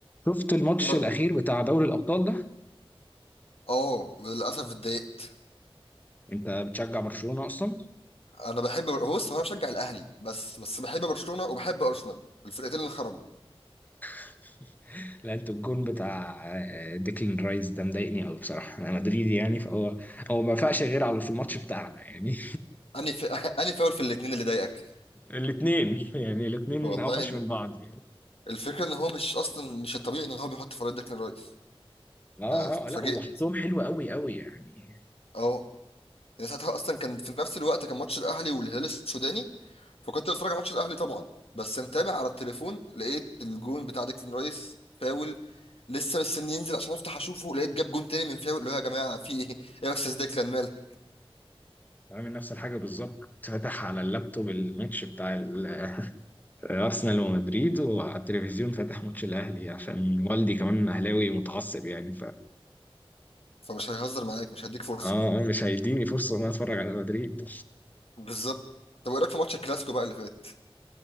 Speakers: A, on the left (about 15°); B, on the left (about 75°).
A: شفت الماتش
B: ايه رغم
A: الاخير بتاع دوري الابطال ده
B: اه للاسف اتضايقت
A: انت بتشجع برشلونة اصلا
B: انا بحب بر- هو بص هو انا بشجع الاهلي بس بس بحب برشلونه وبحب ارسنال الفرقتين اللي خرجوا
A: <laughs> لا انت الجون بتاع آه، ديكلان رايس ده مضايقني قوي بصراحة انا مدريدي يعني فهو هو ما فاقش غير على في الماتش بتاعنا يعني
B: انهي في... <laughs> انهي فاول في الاثنين اللي ضايقك
A: <laughs> الاثنين يعني الاثنين
B: والله
A: اوحش
B: إن...
A: من بعض يعني
B: الفكره ان هو مش اصلا مش الطبيعي ان هو بيحط فريق ديكلان رايس
A: اه
B: انا اتفاجئت
A: اه لا وحطهم حلو قوي قوي يعني
B: اه يعني ساعتها اصلا كان في نفس الوقت كان ماتش الاهلي والهلال السوداني فكنت بتفرج على ماتش الاهلي طبعا بس متابع على التليفون لقيت الجون بتاع ديكلان رايس فاول لسه مستني ينزل عشان افتح اشوفه لقيت جاب جون تاني من فاول اللي هو يا جماعه في ايه ايه يا استاذ ديكلان مالك
A: عامل نفس الحاجة بالظبط فتح على اللابتوب الماتش بتاع ال- آه، ارسنال ومدريد وعلى التلفزيون فاتح ماتش الاهلي عشان والدي كمان اهلاوي متعصب يعني
B: فمش هيهزر معاك مش هيديك فرصه
A: اه آه، مش هيديني فرصة ان انا اتفرج على مدريد
B: بالظبط طب ايه رايك في ماتش الكلاسيكو بقى اللي فات